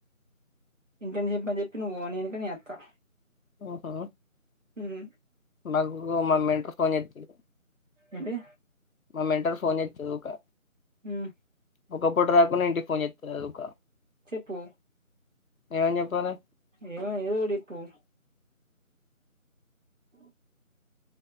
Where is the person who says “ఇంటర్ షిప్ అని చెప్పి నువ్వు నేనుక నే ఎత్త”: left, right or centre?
Right